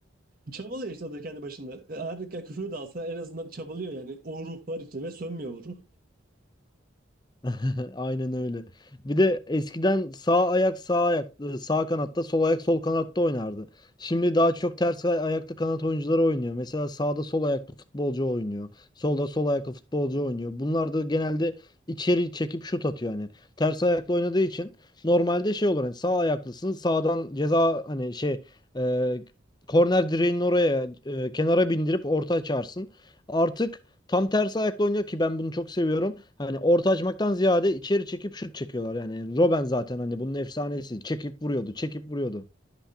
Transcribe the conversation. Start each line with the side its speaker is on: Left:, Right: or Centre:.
Right: Çabalıyor işte o da kendi başında. E, Her ne kadar küfür de alsa en azından çabalıyor yani. O ruh var içinde ve sönmüyor o ruh.
Left: <laughs> Aynen öyle. Bir de eskiden sağ ayak sağ ayak e, sağ kanatta, sol ayak sol kanatta oynardı. Şimdi daha çok ters ay- ayaklı kanat oyuncuları oynuyor. Mesela sağda sol ayaklı futbolcu oynuyor. Solda sol ayaklı futbolcu oynuyor. Bunlar da genelde içeri çekip şut atıyor hani. Ters ayaklı oynadığı için normalde şey olur hani sağ ayaklısın sağdan ceza hani şey e, korner direğinin oraya e, kenara bindirip orta açarsın. Artık tam tersi ayakla oynuyor ki ben bunu çok seviyorum hani orta açmaktan ziyade içeri çekip şut çekiyorlar. Yani Robben zaten hani bunun efsanesi. Çekip vuruyordu, çekip vuruyordu.